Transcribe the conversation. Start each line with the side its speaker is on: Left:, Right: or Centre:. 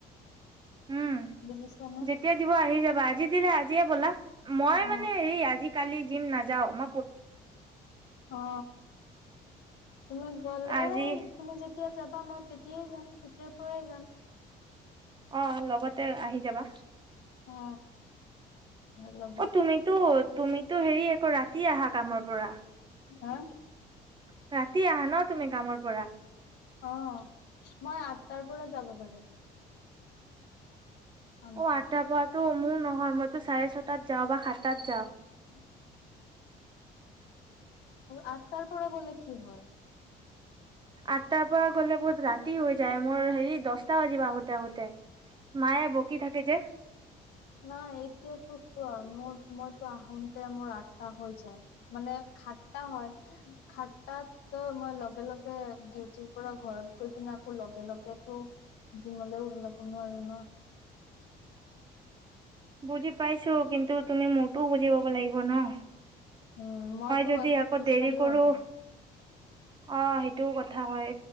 Right: উম
Left: বুজিছানে
Right: যেতিয়া দিব আহি যাবা আজি দিলে আজিয়ে ব'লা। মই
Left: অ
Right: মানে হে আজ কালি জি নাযাও ম
Left: অ তুমি গ'লে
Right: আজি
Left: তুমি যেতিয়া যাবা মই তেতিয়াই যাম তেতিয়াৰ পৰাই যাম।
Right: অ লগত তে আহি যাবা
Left: অ ভয় লাগে
Right: অ তুমিতো তুমিতো হেৰি আকৌ ৰাতি আহা কামৰ পৰা
Left: হা
Right: <inaudible> ৰাতি আহা ন তুমি কামৰ পৰা
Left: অ মই আঠটাৰ পৰা যাব পাৰিম আঠটা
Right: অ আটা পথ ত মোৰ নহয় মইতো চাৰে ছটাত যাওঁ বা সাতটাত যাওঁ
Left: হয় আঠটাৰ পৰা গলে কি হয়
Right: আঠটাৰ পৰা গ'লে বহুত ৰাতি হৈ যায় মোৰ হেৰি দহটা বাজি আহোতে আহোতে মায়ে বকি থাকে যে
Left: ন এতিয়া তো চোৱা মোৰ সময়তো আহোতে মোৰ আঠটা হৈ যায় মানে সাতটা হয় সাতটাততো মই লগে লগে ডিউটিৰ পৰা ঘৰত গৈ পনে আকৌ লগে লগেতো জিমলে ওলাব নোৱাৰো ন
Right: বুজি পাইছো কিন্তু তুমি মোৰতো বুজি পাব লাগিব ন
Left: উম মই তো
Right: যদি
Left: আকৌ খোজকাঢ়িও
Right: দেৰি কৰো
Left: আহো
Right: অ সেইটোও কথা হয়